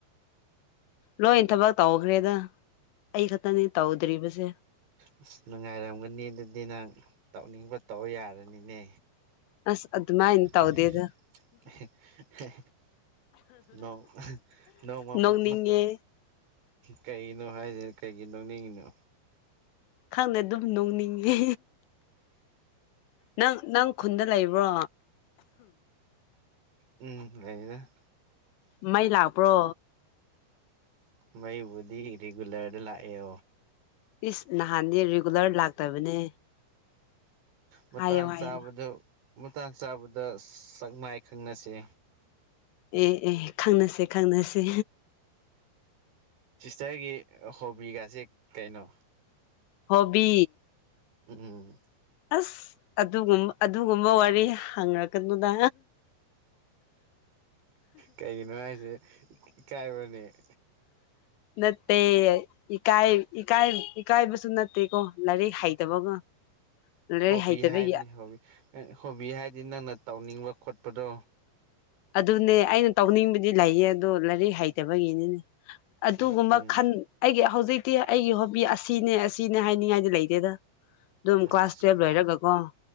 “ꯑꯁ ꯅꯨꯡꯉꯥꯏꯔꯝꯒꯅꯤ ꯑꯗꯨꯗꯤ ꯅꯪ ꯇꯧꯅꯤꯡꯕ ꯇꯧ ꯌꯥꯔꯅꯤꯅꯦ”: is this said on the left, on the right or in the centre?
Right